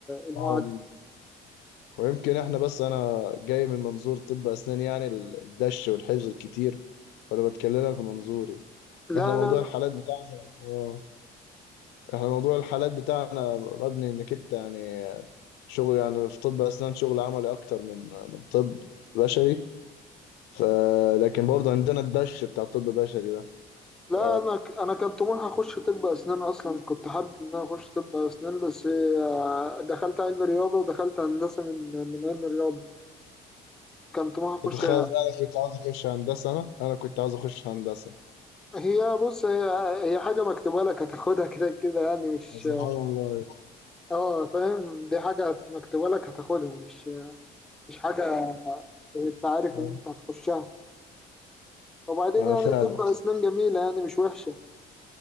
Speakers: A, in the centre; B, on the left.
A: المعادلة
B: اه ويمكن احنا بس انا جاي من منظور طب اسنان يعني الدش والحفظ الكتير وانا بتكلمك من منظوري
A: لا
B: احنا موضوع
A: لا لا
B: الحالات بتاعنا اه احنا موضوع الحالات بتاعنا مبني انك انت يعني شغل يعني في طب اسنان شغل عملي اكتر من من طب بشري ف... لكن برضه عندنا الدش بتاع الطب البشري ده
A: لا
B: ف...
A: أنا ك- أنا كان طموحي أخش طب أسنان أصلا كنت حابب إن أنا أخش طب أسنان بس آه، دخلت علم رياضة ودخلت هندسة من من علم رياضة كان طموحي
B: كنت
A: أخش
B: متخيل إن انا كنت عاوز اخش هندسه انا انا كنت عاوز اخش هندسه
A: هي بص هي هي حاجة مكتوبة لك هتاخدها كده كده يعني مش
B: سبحان الله
A: اه فاهم دي حاجة هت- مكتوبة لك هتاخدها مش مش حاجة انت عارف
B: أيوة.
A: ان انت هتخشها وبعدين
B: آه
A: يعني
B: فعلا
A: تبقى اسنان جميلة يعني مش وحشة